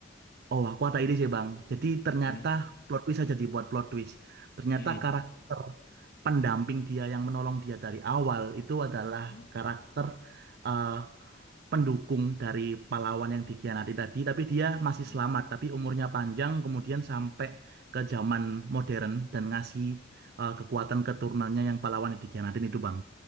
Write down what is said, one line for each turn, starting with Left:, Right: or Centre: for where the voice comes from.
Right: Oh, aku ada ide sih, Bang. Jadi ternyata
Left: Hmm.
Right: plot twist aja dibuat plot twist. Ternyata
Left: Hmm.
Right: karakter pendamping dia yang menolong dia dari awal itu adalah
Left: Hmm.
Right: karakter eh, pendukung dari pahlawan yang dikhianati tadi, tapi dia masih
Left: Hmm.
Right: selamat, tapi umurnya panjang, kemudian sampai ke zaman modern dan ngasih eh, kekuatan keturunannya yang pahlawan yang dikhianatin itu, Bang.